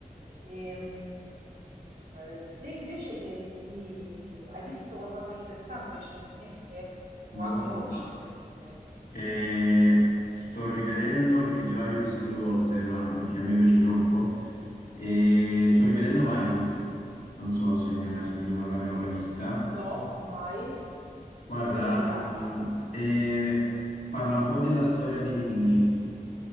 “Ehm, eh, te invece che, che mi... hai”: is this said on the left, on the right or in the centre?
Right